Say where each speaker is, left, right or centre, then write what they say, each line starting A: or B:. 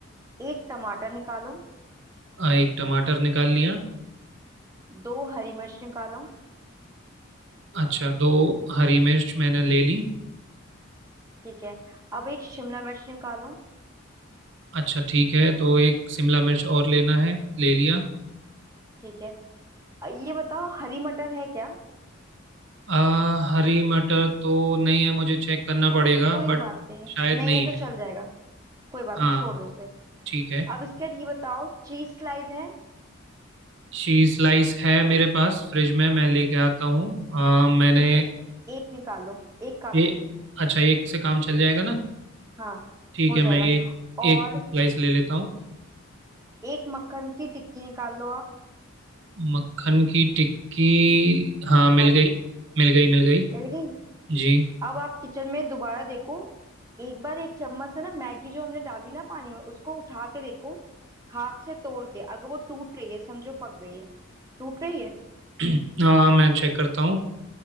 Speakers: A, on the right; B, on the right.
A: एक टमाटर निकालो
B: अ, एक टमाटर निकाल लिया
A: दो हरी मिर्च निकालो
B: अच्छा दो हरी मिर्च मैंने ले ली
A: ठीक है अब एक शिमला मिर्च निकालो
B: अच्छा ठीक है तो एक शिमला मिर्च और लेना है ले लिया
A: ठीक है अ, ये बताओ हरी मटर है क्या
B: अ, हरी मटर तो नहीं है मुझे चेक करना पड़ेगा
A: कोई
B: बट
A: बात नहीं
B: शायद
A: नहीं
B: नहीं
A: है तो
B: है
A: चल जाएगा कोई बात
B: हाँ
A: नहीं छोड़ दो उसे
B: ठीक है
A: अब इसके बाद ये बताओ चीज स्लाइस है
B: शी स्लाइस है मेरे पास फ्रिज में मैं लेके आता हूँ अ, मैंने
A: ठीक है एक निकालो एक काफी
B: ए,
A: होगी
B: अच्छा एक से काम चल जाएगा ना
A: हाँ
B: ठीक
A: हो
B: है
A: जाएगा
B: मैं एक
A: और
B: एक स्लाइस ले लेता हूँ
A: एक मक्खन की टिक्की निकाल लो आप
B: मक्खन की टिक्की हाँ मिल
A: हाँ जी
B: गई मिल गई मिल गई
A: मिल गई
B: जी
A: अब आप किचन में दोबारा देखो एक बार एक चम्मच से ना मैगी जो हमने डाली ना पानी में उसको उठा के देखो हाथ से तोड़ के अगर वो टूट रही है समझो पक गई है टूट रही है
B: <clears throat> हाँ मैं चेक करता हूँ